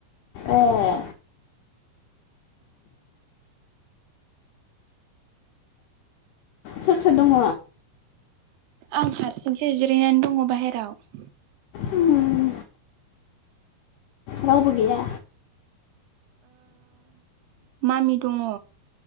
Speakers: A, on the left; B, on the right.
A: ए सोर सोर दङ।
B: आं हारसिंसो जिरायनानै दङ बाहेरायाव
A: उम, रावबो गैया
B: मामि दङ